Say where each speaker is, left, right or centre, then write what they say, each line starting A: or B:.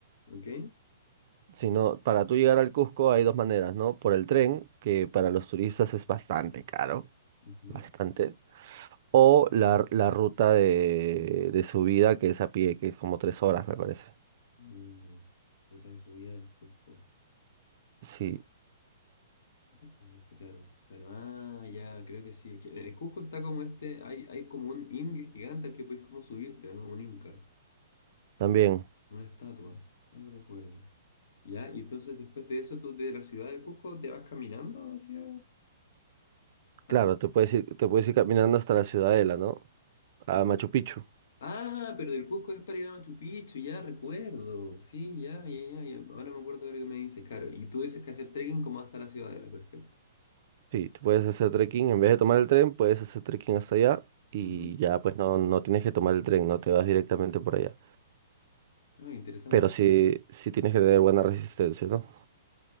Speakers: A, on the left (about 65°); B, on the right (about 55°).
A: ok.
B: sino para tú llegar al Cusco hay dos maneras, ¿no? Por el tren, que para los turistas es bastante caro,
A: ujú.
B: bastante, o la, la ruta de, de subida que es a pie, que es como tres horas, me parece.
A: Mm, Ruta de subida del Cusco.
B: Sí,
A: ¿Qué es eso? Claro, claro. Ah, ya, creo que sí. Es que en el Cusco está como este, hay, hay como un indio gigante al que puedes como subirte, ¿o ¿no? Un inca,
B: también,
A: una estatua, algo recuerdo. Ya, y entonces después de eso tú de la ciudad del Cusco te vas caminando hacia... hacia...
B: claro, te puedes ir, te puedes ir caminando hasta la Ciudadela, ¿no?
A: Ya.
B: A Machu Picchu.
A: Ah, pero del Cusco es para ir a Machu Picchu, ya recuerdo. Sí, ya, ya, ya, ya. Ahora me acuerdo de lo que me dices, claro. Y tú dices que hacer trekking como hasta la ciudadela, perfecto.
B: Sí, tú puedes hacer trekking, en vez de tomar el tren, puedes hacer trekking hasta allá y
A: Ujú.
B: ya pues no, no tienes que tomar el tren, no te vas directamente por allá.
A: Ah, interesante.
B: Pero sí, sí tienes que tener buena resistencia, ¿no?